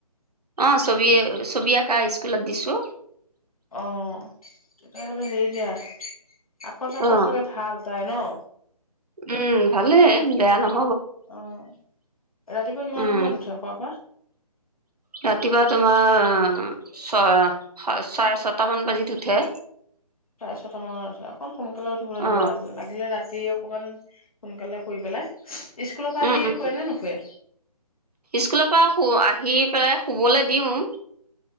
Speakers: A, on the right (about 75°); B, on the left (about 60°).
A: অ ছবি ছবি আঁকা স্কুলত দিছো।
B: আহ তেতিয়াহ'লে হেৰি দিয়া। আখৰ চাকৰ
A: অ
B: চাগে ভাল তাই ন
A: উম ভালে বেয়া নহয়।
B: আহ ৰাতিপুৱা কিমান
A: উম
B: সময়ত উঠে শুৱাৰ পৰা।
A: ৰাতিপুৱা তোমাৰ ছ চাৰে ছটা মান বাজিত উঠে।
B: চাৰে ছটা মানত উঠে অকণ সোনকালে উঠিবলৈ
A: অ
B: লাগিব লাগিলে ৰাতি ৰাতি অকমান সোনকালে শুই পেলাই। স্কুলৰ পৰা
A: উম
B: আহি
A: উম
B: শুৱে নে নুশুৱে?
A: স্কুলৰ পৰা শু আহি পেলাই শুবলৈ দিওঁ।